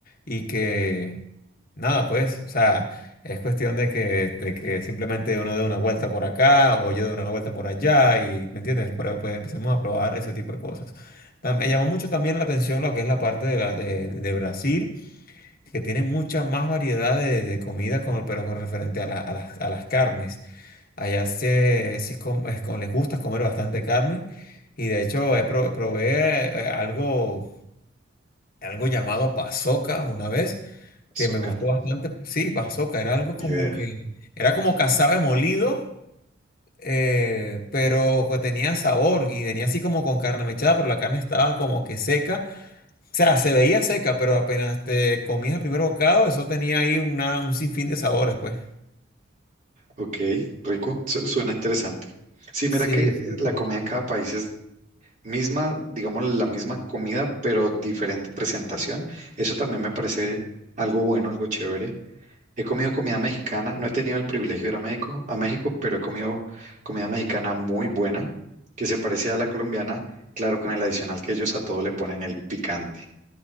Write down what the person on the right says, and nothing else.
Eso,
no,
ni
idea.
Ok, rico, su- suena interesante. Sí, mira
que eh,
la comida en cada país es misma, digamos, la misma comida, pero diferente presentación. Eso también me parece algo bueno, algo chévere. He comido comida mexicana, no he tenido el privilegio de ir a México, a México, pero he comido comida mexicana muy buena, que se parece a la colombiana, claro, con el adicional que ellos a todo le ponen el picante,